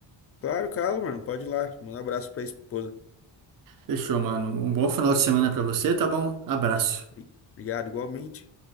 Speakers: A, on the left (about 35°); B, on the right (about 45°).
A: claro, Carlos, mano, pode ir lá. Manda um abraço para a esposa.
B: Fechou, mano. Um bom final de semana pra você, tá bom? Abraço.
A: Obri- Obrigado, igualmente.